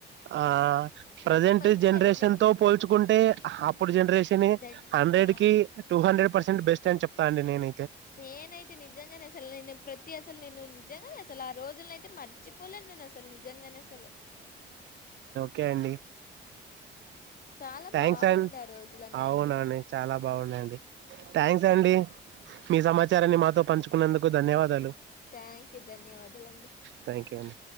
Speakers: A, on the right (about 65°); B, on the left (about 45°).
A: ఆ ప్రజంటు
B: అవన్నీ మంచి
A: జనరేషన్
B: అవన్నీ
A: తో పోల్చుకుంటే హప్పుడు జెనరేషనే
B: దట్
A: హండ్రెడ్
B: యా
A: కి టూ హండ్రెడ్ పర్సెంట్ బెస్ట్ అని చెప్తానండి నేను
B: నేనైతే నిజంగానే అసలు నే ప్రతి అసలు నేను నిజంగనే అసలు ఆ రోజులనైతే మర్చిపోలే నేను అసలు నిజంగానే అసలు
A: కే అండి
B: చాలా
A: థ్యాంక్స్
B: బాగుండే
A: అం
B: ఆ రోజులన్నీ
A: అవునండి
B: అండి
A: చాలా బాగుండ అండి థ్యాంక్స్ అండి మీ సమాచారాన్ని మాతో పంచుకున్నందుకు ధన్యవాదాలు
B: ఓ థ్యాంక్యు ధన్యవదలండి
A: థ్యాంక్యూ అండి